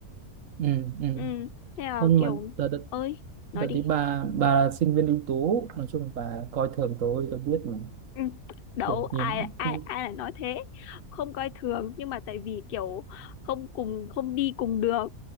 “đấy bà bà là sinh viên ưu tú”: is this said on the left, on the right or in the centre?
Right